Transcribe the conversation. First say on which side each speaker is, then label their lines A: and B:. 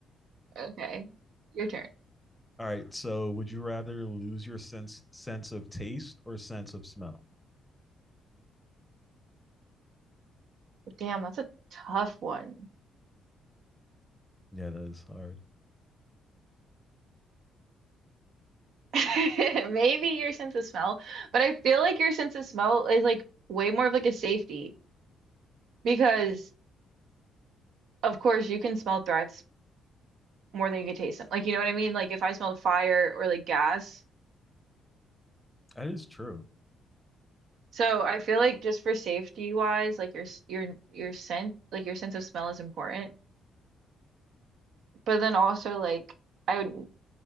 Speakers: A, on the right (about 75°); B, in the centre.
A: okay. Your turn.
B: All right. So would you rather lose your sense sense of taste or sense of smell?
A: Damn, that's a tough one.
B: Yeah, that is hard.
A: <laughs> Maybe your sense of smell, but I feel like your sense of smell is like way more of like a safety because of course you can smell threats more than you can taste them. Like you know what I mean? Like if I smelled fire or like gas.
B: That is true.
A: So I feel like just for safety wise, like your s- your your scent, like your sense of smell is important. But then also like I would